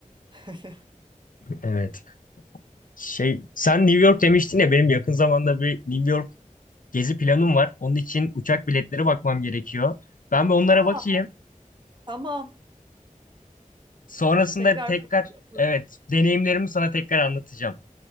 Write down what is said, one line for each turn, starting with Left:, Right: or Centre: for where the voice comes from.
Right: <laughs>
Left: Evet. Şey, sen New York demiştin ya benim yakın zamanda bir New York Gezi planım var. Onun için uçak biletleri bakmam gerekiyor. Ben bir onlara
Right: Aa,
Left: bakayım.
Right: tamam.
Left: Sonrasında
Right: Tekrar
Left: tekrar
Right: konuşuruz.
Left: evet deneyimlerimi sana tekrar anlatacağım.